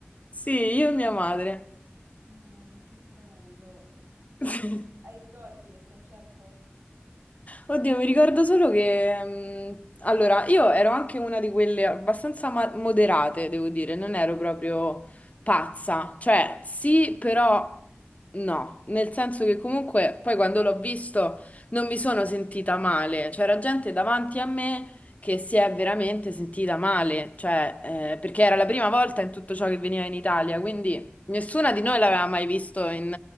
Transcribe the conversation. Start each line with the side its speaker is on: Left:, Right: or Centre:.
Left: Sì, io e mia madre.
Right: No, ma che bello.
Left: <laughs>
Right: E hai ricordi del concerto?
Left: Oddio, mi ricordo solo che... mh, allora, io ero anche una di quelle abbastanza ma- moderate, devo dire, non ero proprio pazza. Cioè, sì, però no. Nel senso che comunque poi quando l'ho visto non mi sono sentita male. C'era gente davanti a me che si è veramente sentita male. Cioè, eh, perché era la prima volta in tutto ciò che veniva in Italia, quindi nessuna di noi l'aveva mai visto in